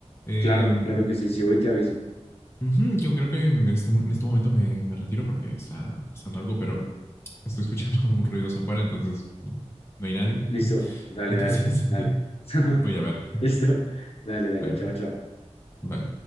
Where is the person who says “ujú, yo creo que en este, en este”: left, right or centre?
Left